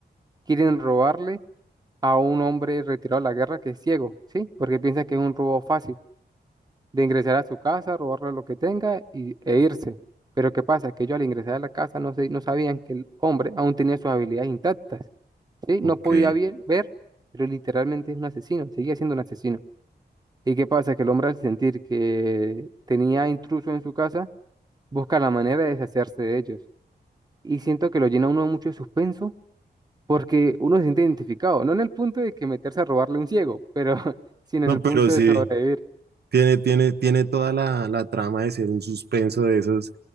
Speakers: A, on the right; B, on the right.
A: quieren robarle a un hombre retirado de la guerra que es ciego, ¿sí? Porque piensa que es un robo fácil, de ingresar a su casa, robarle lo que tenga y, e irse. Pero ¿qué pasa? Que ellos al ingresar a la casa no, se, no sabían que el hombre aún tenía sus habilidades intactas, ¿sí? No
B: Ok.
A: podía vi- ver, pero literalmente es un asesino, seguía siendo un asesino. ¿Y qué pasa? Que el hombre al sentir que tenía intruso en su casa, busca la manera de deshacerse de ellos. Y siento que lo llena uno mucho de suspenso porque uno se siente identificado, no en el punto de que meterse a robarle a un ciego, pero <laughs> sino
B: No,
A: en el punto
B: pero sí,
A: de sobrevivir.
B: tiene, tiene, tiene toda la, la trama de ser un suspenso de esos